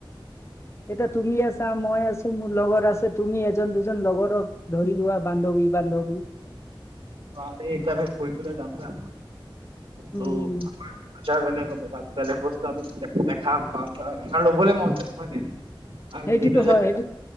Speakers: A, on the left; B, on the right.
A: এতিয়া তুমি আছা মই আছোঁ মোৰ লগৰ আছে তুমি এজন দুজন লগৰক ধৰি লোৱা বান্ধৱী-বান্ধৱী
B: অ দেই এইতু আমি ফুৰিবলৈ যাম হা, তু
A: উম
B: আচ্ছা বেলেগৰ বতাহ বেলেগ বস্তু আমি একো নেখাম আমাৰ, আমাৰ ল'বলৈ মন যাব হয় নাই? আৰু
A: সেইটোতো
B: সেইটো
A: হয়
B: যেন কিবা,